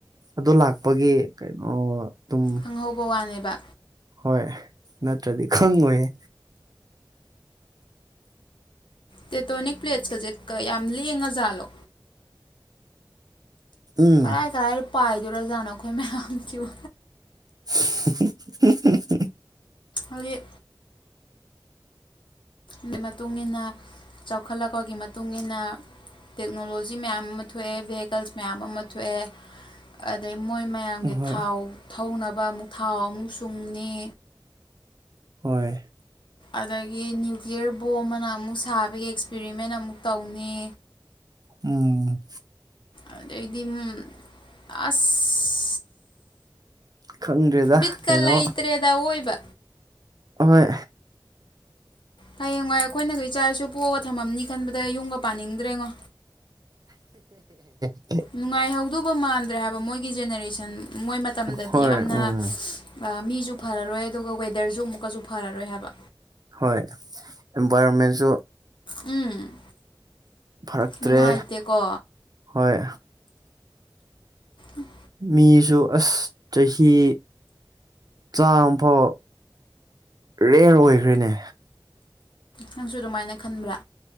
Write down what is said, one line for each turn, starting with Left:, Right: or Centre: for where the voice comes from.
Right: ꯑꯗꯨ ꯂꯥꯛꯄꯒꯤ ꯀꯩꯅꯣ ꯑꯗꯨꯝ
Left: ꯈꯪꯍꯧꯕ ꯋꯥꯅꯦꯕ꯫
Right: ꯍꯣꯏ ꯅꯠꯇ꯭ꯔꯗꯤ ꯈꯪꯉꯣꯏꯌꯦ
Left: ꯇꯦꯇꯣꯅꯤꯛ ꯄ꯭ꯂꯦꯠꯁꯀꯁꯦ ꯀ ꯌꯥꯝ ꯂꯦꯡꯉ ꯖꯥꯠꯂꯣ
Right: ꯎꯝ
Left: ꯀꯔꯥꯏ ꯀꯔꯥꯏꯗ ꯄꯥꯏꯗꯣꯔꯖꯥꯅꯣ ꯑꯩꯈꯣꯏ ꯃꯌꯥꯝꯁꯤꯕꯨ
Right: ꯍꯨꯝ-ꯍꯨꯝ <unintelligible>
Left: ꯑꯗꯨꯗꯤ ꯗꯨꯏ ꯃꯇꯨꯡꯏꯟꯅ ꯆꯥꯎꯈꯠꯂꯛꯄꯒꯤ ꯃꯇꯨꯡ ꯏꯟꯅ ꯇꯦꯛꯅꯣꯂꯣꯖꯤ ꯃꯌꯥꯝ ꯑꯃ ꯊꯣꯛꯑꯦ ꯚꯦꯍꯤꯀꯜꯁ ꯃꯌꯥꯝ ꯑꯃ ꯊꯣꯛꯑꯦ꯫ ꯑꯗꯩ ꯃꯣꯏ ꯃꯌꯥꯝꯒꯤ
Right: ꯍꯣꯏ
Left: ꯊꯥꯎ ꯊꯧꯅꯕ ꯑꯃꯨꯛ ꯊꯥꯎ ꯑꯃꯨꯛ ꯁꯨꯝꯅꯤ
Right: ꯍꯣꯏ
Left: ꯑꯗꯒꯤ ꯅ꯭ꯌꯨꯀ꯭ꯂꯤꯌꯔ ꯕꯣꯝ ꯑꯃ ꯑꯃꯨꯛ ꯁꯥꯕꯒꯤ ꯑꯦꯛꯁꯄꯔꯤꯃꯦꯟ ꯑꯃꯨꯛ ꯇꯧꯅꯤ
Right: ꯎꯝ
Left: ꯑꯗꯩꯗꯤ ꯎꯝ ꯑꯁ
Right: ꯈꯪꯗ꯭ꯔꯦꯗ
Left: ꯕꯤꯠꯀ
Right: ꯀꯩꯅꯣ
Left: ꯂꯩꯇ꯭ꯔꯦꯗ ꯑꯑꯣꯏꯕ
Right: ꯑꯍꯣꯏ
Left: ꯍꯌꯦꯡꯋꯥꯏ ꯑꯩꯈꯣꯏꯅꯒ ꯏꯆꯥ-ꯏꯁꯨ ꯄꯣꯛꯑꯒ ꯊꯝꯃꯝꯅꯤ ꯈꯟꯕꯗ ꯌꯨꯝꯒ ꯄꯥꯅꯤꯡꯗ꯭ꯔꯦꯉꯣ
Right: ꯍꯦ
Left: ꯅꯨꯡꯉꯥꯏꯍꯧꯗꯧꯕ ꯃꯥꯟꯗ꯭ꯔꯦ ꯍꯥꯏꯕ ꯃꯣꯏꯒꯤ ꯖꯦꯅꯦꯔꯦꯁꯟ ꯃꯣꯏ ꯃꯇꯝꯗꯗꯤ
Right: ꯍꯣꯏ
Left: ꯌꯥꯝꯅ
Right: ꯎꯝ
Left: ꯑ ꯃꯤꯖꯨ ꯐꯔꯔꯣꯏ ꯑꯗꯨꯒ ꯋꯦꯗꯔꯁꯨ ꯑꯃꯨꯛꯀꯖꯨ ꯐꯔꯔꯣꯏ ꯍꯥꯏꯕ꯫
Right: ꯍꯣꯏ ꯏꯟꯚꯥꯏꯔꯣꯟꯃꯦꯟꯁꯨ꯫
Left: ꯎꯝ
Right: ꯐꯔꯛꯇꯔ꯭ꯦ
Left: ꯅꯨꯡꯉꯥꯏꯇꯦꯀꯣ
Right: ꯍꯣꯏ
Left: ꯎꯝ
Right: ꯃꯤꯁꯨ ꯑꯁ ꯆꯍꯤ ꯆꯥꯝꯃ ꯐꯥꯎ ꯔꯦꯌꯔ ꯑꯣꯏꯈ꯭ꯔꯦꯅꯦ꯫
Left: ꯅꯪꯁꯨ ꯑꯗꯨꯃꯥꯏꯅ ꯈꯟꯕ꯭ꯔꯥ